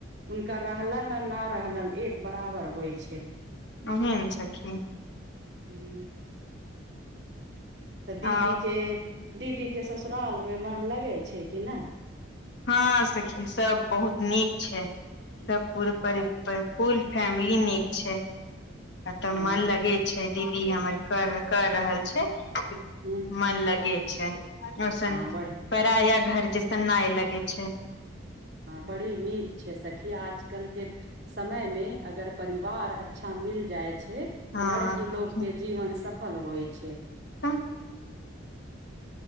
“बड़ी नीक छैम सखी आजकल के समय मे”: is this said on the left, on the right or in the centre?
Right